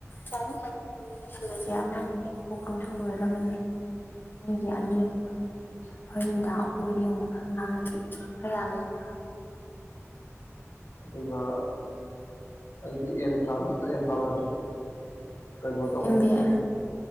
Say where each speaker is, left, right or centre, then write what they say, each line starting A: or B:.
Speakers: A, on the left (about 40°); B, on the left (about 55°).
A: ꯌꯥꯅꯤ ꯌꯥꯅꯤ ꯑꯗꯨꯝ ꯂꯣꯏꯁꯤꯜꯂꯁꯦ ꯑꯃꯅꯦ ꯑꯩꯁꯨ ꯀꯣꯛ ꯇꯨꯝꯊꯣꯛꯎꯔꯗꯕꯅꯦ ꯃꯤꯒꯤ ꯑꯅꯤ ꯑꯍꯨꯝ ꯉꯥꯡꯉꯗꯤ ꯍꯣꯔꯦꯟ ꯅꯨꯡꯗꯥꯡ ꯑꯍꯨꯝ ꯃꯔꯤ ꯑꯃꯒ ꯉꯥꯡꯉꯗꯤ ꯈꯔ ꯌꯥꯝꯃꯦꯅ
B: ꯑꯗꯨꯒ ꯑꯩꯗꯤ ꯑꯦꯝ <unintelligible> ꯀꯩꯅꯣ ꯇꯧ
A: M B A